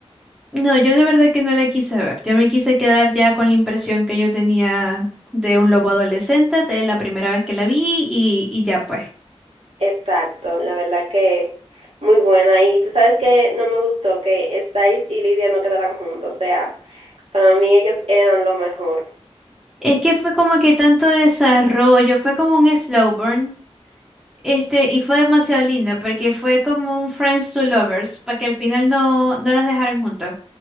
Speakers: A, in the centre; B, on the right.
A: No, yo de verdad que no la quise ver. Yo me quise quedar ya con la impresión que yo tenía de un lobo adolescente de la primera vez que la vi y, y ya pues.
B: Exacto, la verdad que muy buena. Y tú sabes que no me gustó que Styles y Lidia no quedaran juntos. O sea, para mí ellos eran lo mejor.
A: Es que fue como que tanto desarrollo, fue como un slow burn, este, y fue demasiado lindo porque fue como un friends to lovers, para que al final no, no los dejaran juntos.